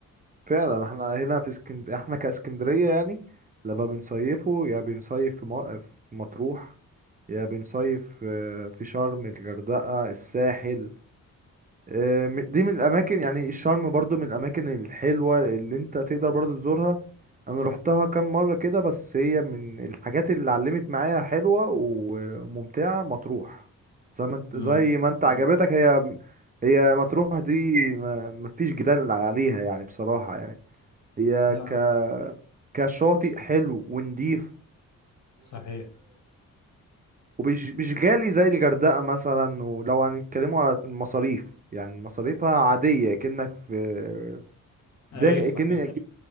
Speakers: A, on the right (about 25°); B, on the left (about 50°).
A: فعلا احنا هنا في اسكند احنا كاسكندرية يعني لما بنصيفه يا بنصيف في م- في مطروح يا بنصيف آه، في شرم الغردقة الساحل آه، م- دي من الاماكن يعني الشرم برضو من الاماكن الحلوه اللي انت تقدر برضو تزورها انا روحتها كام مره كده بس هي من الحاجات اللي علمت معايا حلوه وممتعه مطروح زي ما انت
B: مم.
A: زي ما انت عجبتك هي هي مطروح دي ما مفيش جدال عليها يعني بصراحه يعني هي
B: لا
A: ك كشاطئ حلو ونضيف
B: صحيح
A: ومش مش غالي زي الغردقة مثلا ولو هنتكلموا على المصاريف يعني مصاريفها عادية كأنك في
B: اي
A: ده
B: صحيح
A: كأني